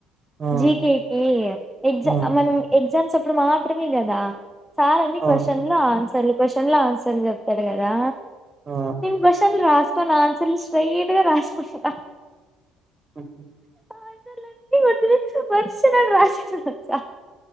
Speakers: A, on the right; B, in the centre.
A: ఆ
B: జీకెకి ఎగజా
A: ఆ
B: మనం ఎగ్జామ్స్ అప్పుడు మాత్రమే కదా. సార్ అన్ని
A: అవును
B: క్వశ్చన్లు ఆన్సర్లు క్వశ్చన్లు ఆన్సర్లు చెప్తాడు కదా.
A: ఆ
B: నేను క్వశ్చన్లు రాసుకోను ఆన్సర్లు స్ట్రైట్ గా రాసుకుంటా.
A: ఉమ్.
B: ఆన్సర్లన్నీ ఫస్ట్ నుంచి వరుసగా రాసుకుంటా.